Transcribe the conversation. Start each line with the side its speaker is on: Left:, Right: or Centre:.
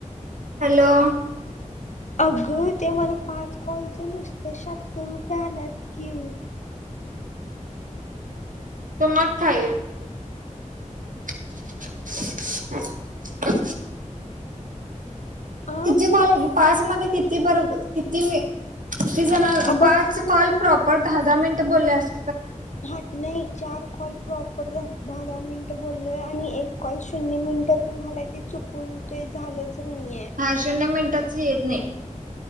Right: हॅलो
Left: अगं ते मला पाच कॉलचं नुसतं शाततर रुपये आल्यात कि
Right: त मग खाय. <inaudible>
Left: अ
Right: किती कॉल पास मध्ये किती बरोब किती म किती जण
Left: अ बघ
Right: पाच कॉल प्रॉपर दहा दहा मिनिट बोलले अस
Left: हट नाही चार कॉल प्रॉपर दारा मिनिट बोललोय आणि एक कॉल शून्य मिनिट झालायचे चुकून ते झालंच नाहीये.
Right: हा शून्य मिनिटातच येत नाही